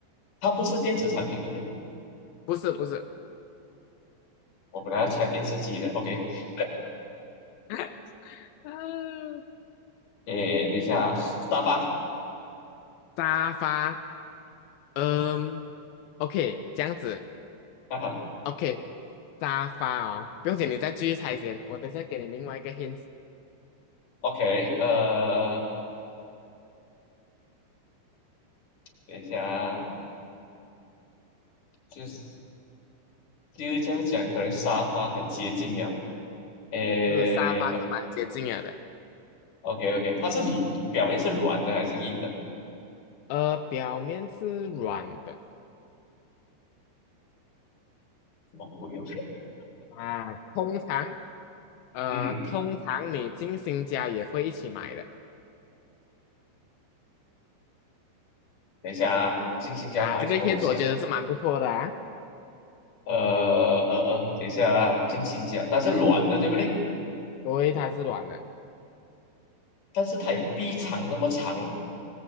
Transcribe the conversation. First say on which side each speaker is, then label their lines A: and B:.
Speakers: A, on the left; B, on the left.
A: 它不是电子产品，对不对？
B: 不是不是，
A: 我本来要拆电视机的，OK。<laughs>
B: <laughs> 啊
A: 诶，等一下，沙发
B: 沙发。嗯，OK，这样子
A: 哈哈
B: ，OK，沙发哦，不用紧，你再继续猜先，我等一下给你另外一个 hint，
A: ，OK，呃，等一下啊，就是就是这样讲，可能沙发很接近了。诶
B: 是沙发是蛮接近了的，
A: ，OK OK，它是表面是软的还是硬的？什
B: 呃，表面是软的
A: 么鬼哦？
B: 啊，通常，呃，
A: 嗯，
B: 通常你进新家也会一起买的
A: 等一下啊，我进新家买什么东西啊？
B: 啊，这个 hint 我觉得是蛮不错的啊，
A: 呃呃呃，等一下啊，我进新家，它是软的，对不对？
B: 对，它是软的，
A: 但是它有臂长这么长哦，